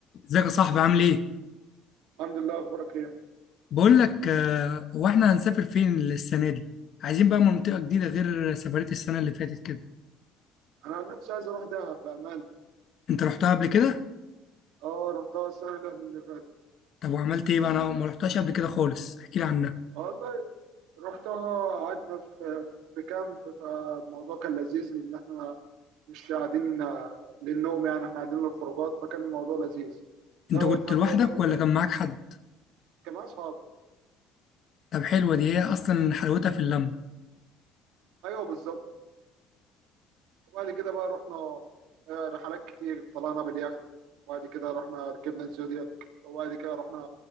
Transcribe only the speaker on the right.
الحمد لله اخبارك ايه
انا عن نفسي عايز اروح دهب بامان
اه رحتها السنه اللي فاتت
والله رحتها قعدنا في في كامب فالموضوع كان لذيذ لان احنا مش قاعدين آه، للنوم يعني احنا قاعدين للخروجات فكان الموضوع لذيذ ده
اول
حاجه
بعد كده
كان مع اصحابي
ايوه بالظبط وبعد كده بقى رحنا آه، رحلات كتير طلعنا باليخت وبعد كده رحنا ركبنا الزودياك وبعد كده رحنا